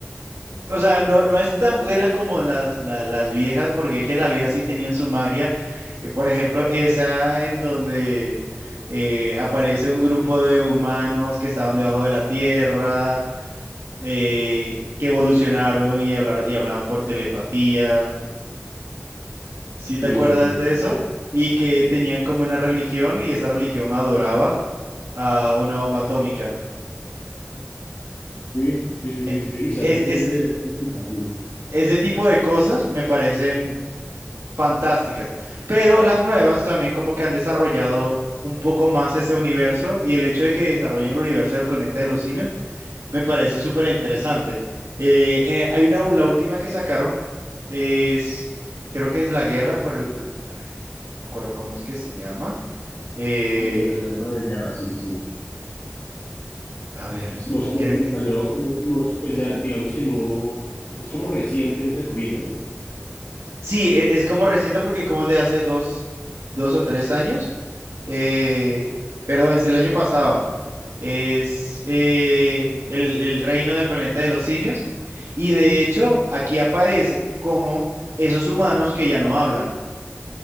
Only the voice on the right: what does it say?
O sea, no, no es tan buena como las, la- las viejas, porque es que las viejas sí tenían su magia. Eh, Por ejemplo, esa en donde eh, aparece un grupo de humanos que estaban debajo de la tierra, eh, que evolucionaron y hablar- y hablaban por telepatía. ¿Sí te
acuerdas
de eso? Y que
tenían como una religión y esa religión adoraba a una bomba atómica.
E-
Es,
es-
e,
ese tipo de cosas me parecen fantásticas, pero las nuevas también como que han desarrollado un poco más ese universo y el hecho de que desarrollen el universo del planeta de los simios me parece súper interesante. Eh, eh, hay una, u- la última que sacaron es, creo que es La Guerra por el, pl- ay, no me acuerdo cómo es que se llama. Eh,
a ver,
creo que,
sí, e- es, como reciente porque es como de hace dos, dos o tres años. Eh, perdón, es del año pasado. es eh, el, el reino del planeta de los simios. Y de hecho, aquí aparece como esos humanos que ya no hablan